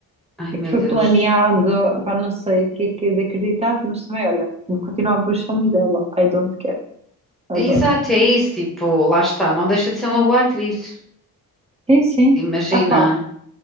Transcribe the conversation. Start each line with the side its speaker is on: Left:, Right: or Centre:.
Centre: Ai,
Right: e
Centre: meu
Right: que foi
Centre: Deus.
Right: planeado, para não sei o que é que é de acreditar, mas também, olha, vou continuar a ver os filmes dela. I don't care, adoro.
Centre: Exato, é isso. Tipo, lá está. Não deixa de ser uma boa atriz.
Right: Sim, sim.
Centre: Imagina.
Right: Ah pá,